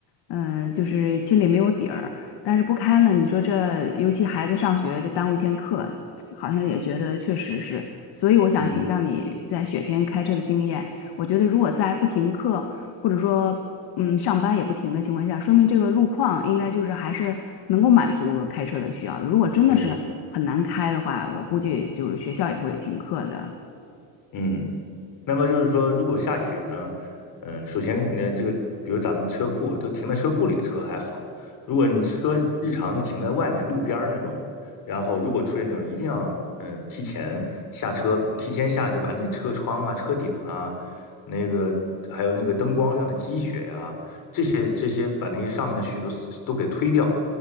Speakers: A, on the left (about 65°); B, on the left (about 50°).
A: 嗯、就是心里没有底儿，但是不开呢，你说这尤其孩子上学就耽误一天课，好像也觉得确实是，所以我想请教你在雪天开车的经验。
B: 嗯，
A: 我觉得如果在不停课或者说嗯上班也不停的情况下，说明这个路况应该就是还是能够满足开车的需要的。如果真的是很难开的话，
B: 对，
A: 我估计就是学校也会停课的。
B: 嗯。嗯。那么就是说，如果下雪呢，嗯、首先那这个，比如咱们车库都停在车库里的车还好，如果你车日常就停在外面路边儿那种，然后如果出现这种，一定要嗯、呃提前下车，提前下去把那车窗啊、车顶啊，那个还有那个灯光上的积雪呀、啊这些这些把那些上面的雪都死，都给推掉。